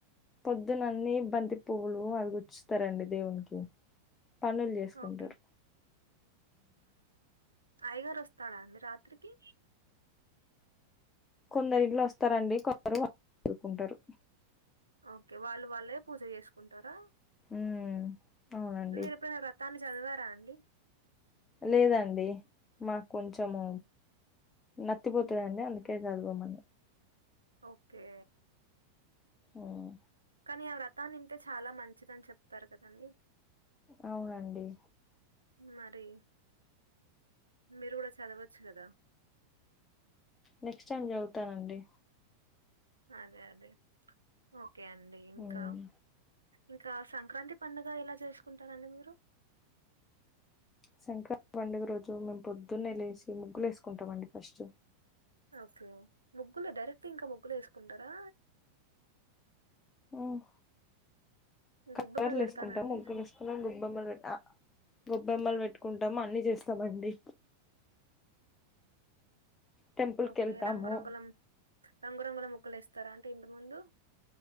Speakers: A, on the left; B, on the right.
A: పొద్దున అన్ని బంతి పూవ్వులు అవి గుచ్చుతార అండి దేవునికి పనులు చేసుకుంటారు
B: ఓకే అయగారు వస్తాడా అండి రాత్రికి
A: కొందరి ఇంలు వస్తారండి కొరు చరుకుంటారు
B: ఓకే వాళ్ళు వాళ్ళే పూజ చేసుకుంటారా
A: ఉమ్ అవునండి
B: మీరు ఎప్పుడ వ్రతని చదివారా అండి
A: లేదండి మాకు కొంచెము నత్తిపోతుదండి
B: హ్మ్.
A: అంత కేకదు ఇ మ
B: ఓకే
A: ఉమ్,
B: కనీ ఆ వ్రత తా నింటే చాలా మంచిదని చెప్తారు కదండి.
A: అవునండి
B: మరి మీరు కూడా చదవచ్చు కదా.
A: నెక్స్ట్ టైమ్ చదువుతానండి.
B: అదే అదే ఓ కే అండి ఇంకా
A: ఉమ్.
B: ఇంకా సంక్రాంతి పండుగ ఎలా చేసుకుంటారండి మీరు?
A: సంక్రాంతి పండుగ రోజు మేము పొద్దున్నే లేసి ముగ్గులేసుకుంటామండి ఫస్ట్.
B: అకే ముగ్గులు డైరె క్ట్ ఇంకా ముగ్గులేసుకుంటారా?
A: ఊమ్ కలర్లు
B: గొబ్బెమ్మలు పెడతానండి
A: వేసుకుంటాం ముగ్గులు వేసుకున్నాక గొబ్బెమ్మల్ పెడ్ ఆ గొబ్బెమ్మలు పెట్టుకుంటాము అన్నీ చేస్తామండి. టెంపుల్
B: ఓకే
A: కి వెళ్తాము
B: రంగురంగులం రంగురంగుల ముగ్గులేస్తారా? అంటే ఇంటి ముందు.